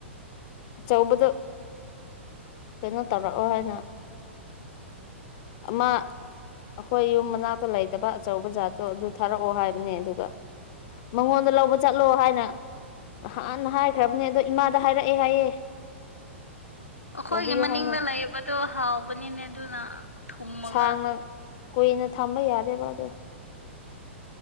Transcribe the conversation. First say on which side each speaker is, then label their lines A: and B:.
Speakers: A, on the left (about 40°); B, on the left (about 85°).
A: ꯆꯧꯕꯗꯨ ꯀꯩꯅꯣ ꯇꯧꯔꯛꯑꯣ ꯍꯥꯏꯅ ꯑꯃꯥ ꯑꯈꯣꯏ ꯌꯨꯝ ꯃꯅꯥꯛꯇ ꯂꯩꯇꯕ ꯑꯆꯧꯕ ꯖꯥꯠꯇꯣ ꯑꯗꯨ ꯊꯥꯔꯛꯑꯣ ꯍꯥꯏꯕꯅꯦ ꯑꯗꯨꯒ ꯃꯉꯣꯟꯗ ꯂꯧꯕ ꯆꯠꯂꯎ ꯍꯥꯏꯅ ꯅꯍꯥꯟꯅ ꯍꯥꯏꯈ꯭ꯔꯕꯅꯦ ꯑꯗꯣ ꯏꯃꯥꯗ ꯍꯥꯏꯔꯛꯑꯦ ꯍꯥꯏꯌꯦ
B: ꯑꯈꯣꯏꯒꯤ
A: ꯂꯧꯕꯤꯌꯨ
B: ꯃꯅꯤꯡꯗ
A: ꯍꯥꯏꯅ
B: ꯂꯩꯕꯗꯣ ꯍꯥꯎꯕꯅꯤꯅꯦ ꯑꯗꯨꯅ ꯊꯨꯝꯃꯒ
A: ꯁꯥꯡꯅ ꯀꯨꯏꯅ ꯊꯝꯕ ꯌꯥꯗꯦꯕ ꯑꯗꯣ